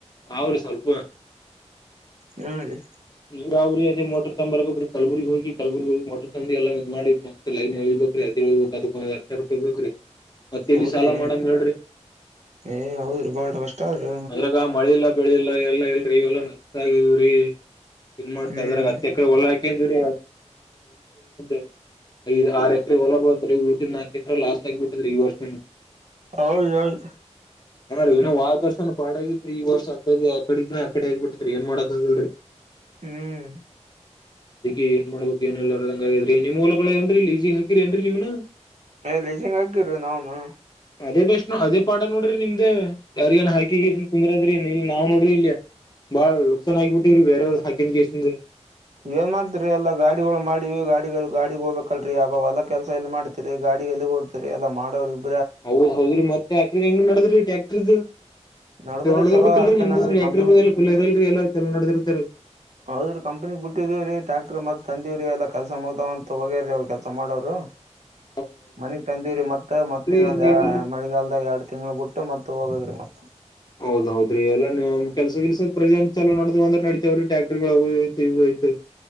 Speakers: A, on the left (about 35°); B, on the right (about 70°).
A: ಅವ್ರಿ ಸ್ವಲ್ಪ.... ಅ <inaudible>
B: ಹೇಳ ರೀ
A: ನೀವ್ರಾವ್ರೀ ಅಂದ ಮೋಟರ್ ತೊಬರ್ಬೇಕ್ರೀ ಕಲಬುರ್ಗಿ ಹೋಗಿ ಕಲಬುರ್ಗಿ ಹೋಗ ಮೋಟರ್ ತದ್ದ ಎಲ್ಲ ಮಾಡಿ ಮತ್ತ ಲೈನ್ ಹೇಳ್ಬೇಕು ಅದನ್ ಅಳ್ಬೇಕ ಅದು ಒಂದ ಹತ್ತಸಾವಿರ ಮತ್ತೆ ಎಲ್ಲಿ
B: ಹೌದ್ರಿ
A: ಸಾಲ ಮಾಡ್ಮ ಹೇಳರಿ
B: ಏ ಹೌದ್ರಿ ಬಾಳ ಕಷ್ಟ ಆದ್ರಿ
A: ಅದರಾಗ ಮಳೆ ಇಲ್ಲ ಬೆಳಿ ಇಲ್ಲ ಎಲ್ಲ ಇಲ್ರಿ ಇವೆಲ್ಲ ನಷ್ಟ ಆಗಿದವ್ರೀ ಇನ್ ಮಾಡ್ತಾದ್ರ
B: ಹ್ಮ್
A: ಅ...... ಹತ್ತ ಎಕರೆ ಹೊಲ ಹೋಕೋದ್ವರಿ <unintelligible> ಐದ ಆ ಎಕರೆ ಹೊಲ ಬೆಳೆದ ರಿ ಉಳದಿದ ನಾಕ ಎಕರೆ ಲಾಸ್ಟ್ ಆಗಿಬಿಟ್ಟಿದ್ರೀ ಈ ವರ್ಷನು
B: ಹೌದು ಹೌದು.....
A: ಅ <inaudible> ಹಾ ರಿ ಹೊದ ವರ್ಸನಾ ಪಾಡಗಿತ್ತರಿ ಈ ವರ್ಷ ಹತ್ತ ಆ ಕಡಗ್ರ ಆ ಕಡೆ ಆಗಿಬಿಡ್ಡತ್ತರಿ ಏನ್ ಮಾಡಕ್ ಆಗಲ್ರಿ.....
B: ಹ್ಮ್......
A: ಅದಿ ಏನ್ ಮಾಡ್ಬೇಕಕ್ ಏನಲ್ಲದ ಹಂಗ ಆಗ್ರೀ ನೀವುಲಗಳ ಏನ್ರಿ ಇ ಈಜಗ ಹಕಿರಿ ನ್ರಿ ನೀವ್ನ......
B: ಲೀಜಂಗ ಆಗಿರು ನಾವನು.......
A: ಅದೇ ಬೆಸ್ಟ್ ಅದೇ ಪಾಡ ನೋಡ್ರಿ ನಿಮ್ದ ಯಾರಿಗಏನ್ ಹಾಕಿಗನ್ ಕುಂದ್ರ ಅಂದ್ರೀ ಇಲ್ಲಿ ನಾವ ನೋಡ್ರಿ ಇಲ್ಲಿ..... ಬಾಳ ಲುಕ್ಸಾನ್ ಆಗಿಬಿಟ್ಟಿವರೀ ಬೇರವ್ರ ಹಾಕನ್ ಕೆಷ್ಟನ್.......
B: ಏನ್ ಮಾಡ್ತಿರಿ ಎಲ್ಲ ಗಾಡಿಗಳು ಮಾಡಿವವಿ ಗಾಡಿಗಳು ಗಾಡಿಗ್ ಹೋಗ್ಬೇಕಲ್ರರಿ ಯಾವ ಹೊಲ ಕೆಲ್ಸ ಎಲ್ಲಿ ಮಾಡ್ತಿರಿ ಗಾಡಿ ಎಲ್ಲಿಗ್ ಸರಿ ಎಲ್ಲ ಮಾಡೋರಿಗೆ....
A: ಹೌದ ಹೌದ್ರಿ ಮತ್ತೆ ಆಕ್ರ್ ಹೆಂಗ ನಡದ್ರಿ ಟ್ಯಾಟ್ರಿಕ್ದ್........
B: ನಡದ್ರಿ
A: ಚೊಲು ನಡೆದಿರ್ರ್ಬೇಕಲ್ರಿ
B: ಚಲೋ ಅಷ್ಟ
A: ನಿಮ್ದ
B: ನಡದ್ರಿ
A: ಟ್ಯಾಟ್ರಿಕ್
B: ಕಂಪನಿ
A: ಫುಲ್ ಇದರಲ್ರಿ ಎಲ್ಲ ಚಲೋ ನೋಡದಿರ್ತರಿ......
B: ಹೌದ್ರೀ ಕಂಪನಿಗ್ ಬಿಟ್ಟಿದೀ ರೀ ಟಾಕ್ಟರ್ ಮತ್ ತಂದಿವ್ರ ರ ಎಲ್ಲ ಕೆಲಸ ಮುಗ್ದವ ಅಂತ ಹೋಗ್ಯಾರ್ರೀ ಅವರು ಕೆಲಸ ಮಾಡೋರು.....
A: ಹ <inaudible>
B: ಮನಗ್ ತಂದಿವ್ರರಿ ಮತ್ತ ಮತ್ತ ಇನ್ನೊಂದ
A: ಹಂಗೆ ಆಗ್ಯಾರಿ
B: ಮಳಿಗಾಲದಾಗ ಎರಡ್ ತಿಂಗ್ಳ ಬಿಟ್ಟ ಮತ್ತ ಹೋಗೋದ್ರರು ಮತ್ತ
A: ಹೌದ ಹೌದ್ರಿ ಎಲ್ಲಾ ಕೆಲ್ಸ ಕೆಲ್ಸ ಪ್ರಜೆಂ ಚಲೋ ನೋ ಅ್ರ ನಡಿತವ್ರೀ ಟ್ಯಾಕ್ಟರ್ಗಳು ಐತಿ ಐತಿ ಹ